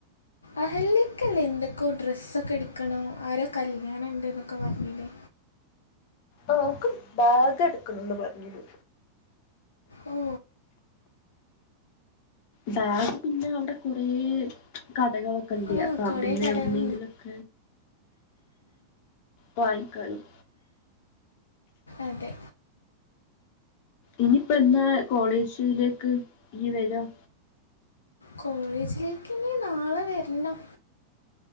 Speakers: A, on the left; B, on the left.
A: അഹല്ലിക്കല്ല എന്തൊക്കോ ഡ്രെസ്സൊക്കെ എടുക്കണോ ആരോ കല്യാണം ഇണ്ട് എന്നൊക്കെ പറഞ്ഞില്ലേ
B: ആ നക്ക്ും ബാഗ് എടുക്കുന്നുന്ന് പറഞ്ഞു
A: ഓ
B: ബാഗ് പിന്നെ അവിടെ കുറേ കഥകളൊക്കെ ഇണ്ട്
A: ആ കുറേ
B: അവിടന്ന
A: കടകൾ
B: അവിടുന്നെങ്കിലക്ക വായക്കാട്ും
A: അതെ
B: ഇനിപ്പ എന്താ കോളേജിലേക്ക് ഇനി വരാം
A: കോളേജിലേക്ക് നീ നാളെ വരണം